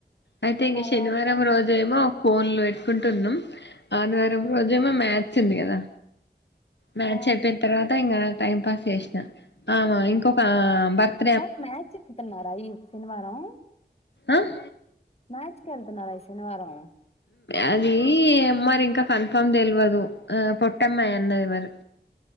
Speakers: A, on the left (about 80°); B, on the left (about 35°).
A: అయితే ఇంక
B: తర్వాత
A: శనివారం రోజు ఏమో కోన్ లు పెట్టుకుంటున్నాం ఆదివారం రోజు ఏమో మ్యాచ్ ఉంది కదా మ్యాచ్
B: ఆ
A: అయిపోయిన తర్వాత ఇంకా టైం పాస్ చేసినా అ ఇంకొక బర్త్
B: అవును మ్యాచ్ తింటన్నార ఈ శనివారం
A: అహ్
B: మ్యాచ్ కి వెళ్తున్నారా ఈ శనివారం
A: అది మరి ఇంకా కన్ఫర్మ్ తెలియదు ఆ పొట్టమ్మాయి అన్నది మరి